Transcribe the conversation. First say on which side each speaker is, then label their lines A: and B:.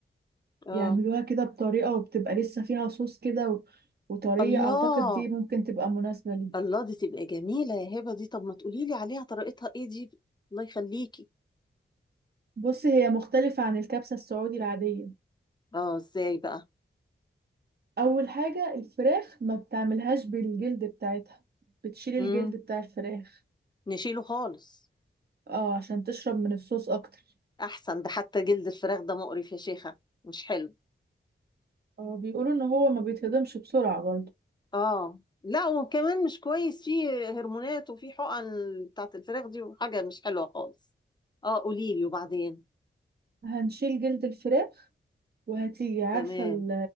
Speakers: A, on the left (about 20°); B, on the right (about 55°).
A: اه
B: يعملوها كده بطريقه وبتبقى لسه فيها صوص كده و... وطريقة
A: الله
B: أعتقد دي ممكن تبقى مناسبة لي
A: الله دي تبقى جميلة يا هبة دي طب ما تقولي لي عليها طريقتها ايه دي الله يخليكي
B: بص هي مختلفة عن الكبسة السعودي العادية
A: اه ازاي بقى
B: أول حاجة الفراخ ما بتعملهاش بالجلد بتاعتها بتشيل
A: امم
B: الجلد بتاع الفراخ
A: نشيله خالص
B: اه عشان تشرب من الصوص أكتر
A: احسن ده حتى جلد الفراخ ده مقرف يا شيخة مش حلو
B: اه بيقولوا إن هو ما بيتهضمش بسرعة برضه
A: اه لا وكمان مش كويس فيه هرمونات وفيه حقن بتاعت الفراخ دي وحاجة مش حلوة خالص اه قولي لي وبعدين
B: هنشيل جلد الفراخ وهتيجي عارفة
A: تمام
B: ال-